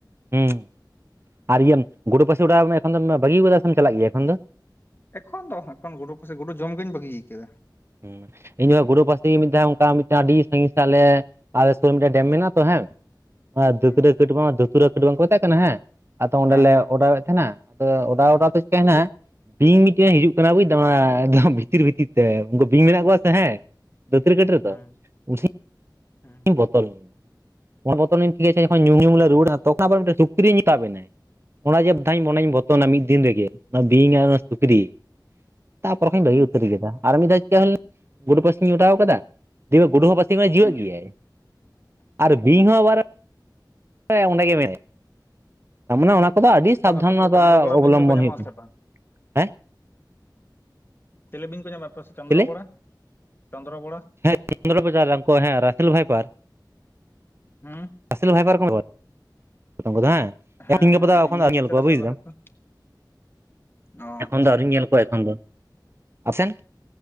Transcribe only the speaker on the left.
ᱮᱠᱷᱚᱱ ᱫᱚ ᱮᱠᱷᱚᱱ ᱜᱩᱰᱩ ᱯᱟᱹᱥᱤ, ᱜᱩᱰᱩ ᱡᱚᱢ ᱜᱤᱧ ᱵᱟᱹᱜᱤ ᱟᱠᱟᱫᱟ ᱾
ᱦᱩᱸ
ᱦᱮᱸ ᱦᱮᱸ
ᱦᱩᱸ
ᱦᱩᱸ
ᱦᱩᱸ
ᱦᱩᱸ
ᱦᱩᱸ
ᱮᱠᱷᱚᱱ
ᱟᱯᱮ ᱥᱮᱫ
ᱪᱚᱱᱫᱨᱚ ᱵᱚᱲᱟ
ᱵᱤᱧ ᱫᱚᱠᱚ
ᱧᱟᱢᱚᱜ
ᱟᱥᱮ ᱵᱟᱝ
ᱪᱤᱞᱮᱵᱤᱧ ᱯᱮ ᱧᱟᱢ ᱞᱮᱫ ᱠᱚᱣᱟ ᱥᱮ ᱪᱚᱸᱫᱽᱨᱚ
ᱵᱚᱲᱟ, ᱪᱚᱸᱫᱽᱨᱚ ᱵᱚᱲᱟ᱾
ᱦᱩᱸ?
ᱦᱮᱸ
ᱦᱮᱸ
ᱤᱝᱞᱤᱥ
ᱛᱮ
ᱨᱟᱥᱮᱞ
ᱞᱟᱦᱟ
ᱠᱚ ᱚ